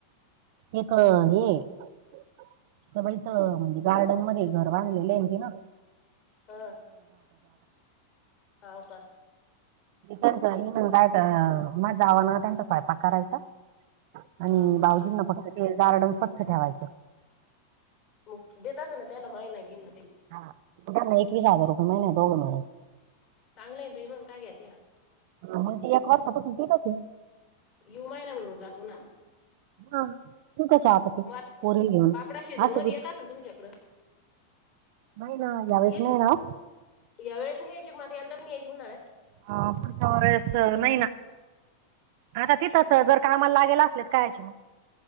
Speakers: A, on the right (about 60°); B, on the left (about 45°).
A: एक हे तरं बाईचं म्हणजे गार्डन मध्यें घरं बांधलेले आहे ती नां
B: हां हांव कां
A: याचं मंग जावं नां त्यांचा स्वयंपाक करांयचा आणि
B: हाव का
A: भाऊजींना फक्तं ते गार्डन स्वंच्छ ठेवायचं
B: मग देत अस ना त्याला महिना घेणार.
A: हा एक स रुपय महिने दोघ.
B: चांगलं आहे त इमाग काय घ्याात.
A: मग तेी एक वर्षापासून तेत होते.
B: यु महिना बून जातो ना.
A: हा तूक हता ते
B: मग
A: परील घेऊन
B: पापडा सीझन
A: ह
B: मध्ये
A: सग
B: येत असेल तुमच्याकडं
A: नाहीई ना यावेळेस
B: येत
A: नाही ना.
B: या वेळेस नि यायची मग यंदाी्यायची म्हणात.
A: अ पुढ समरेस नाही ना. आता तिथंच जर कामाला लागेल असलेत कायचे मग.